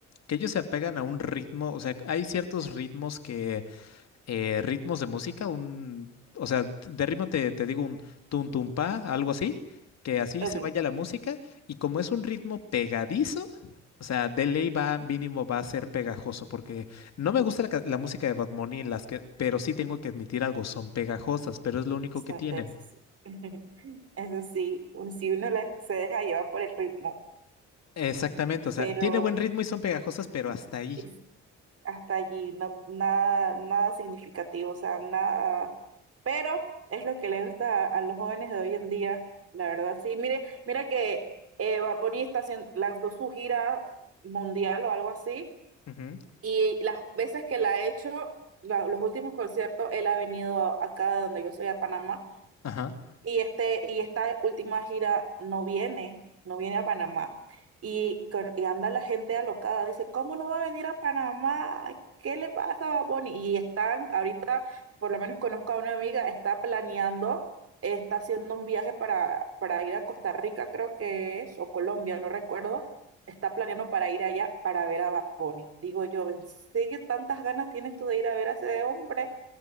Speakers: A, on the left; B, on the right.
A: que ellos se apegan a un ritmo, o sea, hay ciertos ritmos que, eh, ritmos de música, un, o sea, de ritmo te, te digo un tum tum pa, algo así, que así
B: Ok,
A: se vaya la música, y como es un ritmo pegadizo, o sea, de ley va, mínimo va a ser pegajoso, porque no me gusta la, ca- la música de Bad Bunny, las que, pero sí tengo que admitir algo, son pegajosas, pero es lo único
B: está-
A: que tienen.
B: eso sí. <laughs> Eso sí, un- si uno la- se deja llevar por el ritmo,
A: Exactamente, o sea,
B: pero
A: tiene buen ritmo y son pegajosas, pero hasta ahí.
B: es- hasta allí no, nada, nada significativo, o sea, nada. Pero es lo que le gusta a, a los jóvenes de hoy en día, la verdad. Sí, mire, mira que eh, Bad Bunny está haciendo- lanzó su gira mundial o algo así,
A: Ujú,
B: y las veces que la ha hecho, la- los últimos conciertos, él ha venido acá de donde yo soy, a Panamá
A: Ajá.
B: Y, este, y esta última gira no viene, no viene a Panamá. Y, con- y anda la gente alocada, dice, ¿cómo no va a venir a Panamá? ¿Qué le pasa a Bad Bunny?". Y están, ahorita, por lo menos conozco a una amiga, está planeando, está haciendo un viaje para, para ir a Costa Rica, creo que es, o Colombia, no recuerdo. Está planeando para ir allá para ver a Bad Bunny. Digo yo, ¿en serio tantas ganas tienes tú de ir a ver a ese hombre?